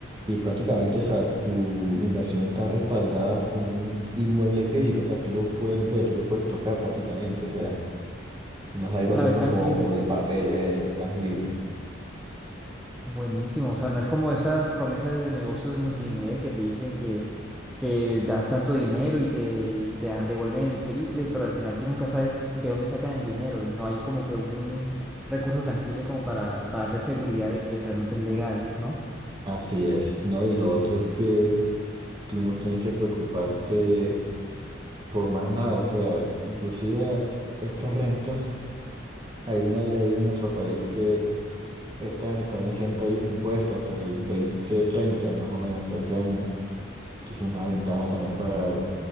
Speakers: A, on the right (about 25°); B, in the centre.
A: Y prácticamente, o sea, tu inversión está respaldada con un inmueble físico, o sea, tú lo puedes ver, tú lo puedes tocar prácticamente, o sea, no es algo
B: Claro,
A: así
B: es
A: como
B: tangible.
A: de papel, eso, es tangible.
B: Buenísimo, o sea, no es como esas promesas de negocio de multinivel que te dicen que, que das tanto dinero y te, y te dan- devuelven el triple, pero al final tú nunca sabes de dónde sacan el dinero y no hay como que un recurso tangible como para, para darte seguridad de que realmente es legal, ¿no?
A: Así es, ¿no? Y lo otro es que tú no tienes que preocuparte por más nada, o sea, inclusive estas rentas, hay una ley en nuestro país que estas están exentas de impuestos hasta el dos mil treinta más o menos, hasta ese año. Entonces, es una ventaja también para